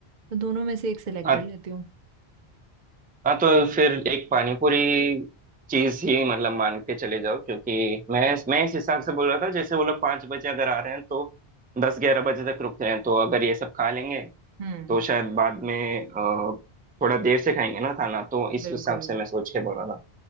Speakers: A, on the right; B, on the right.
A: तो दोनों में से एक सिलेक्ट
B: हाँ
A: कर लेती हूँ
B: हाँ तो फिर एक पानीपुरी चीज ही मतलब मान के चले जाओ क्योंकि मैं मैं इस हिसाब से बोल रहा था जैसे वो लोग पाँच बजे अगर आ रहे हैं तो दस ग्यारह बजे तक रुक रहे हैं तो अगर ये सब खा लेंगे
A: हम्म
B: तो शायद बाद में अ, थोड़ा देर से खाएंगे ना खाना तो इस
A: बिल्कुल
B: हिसाब से मैं सोच के बोल रहा था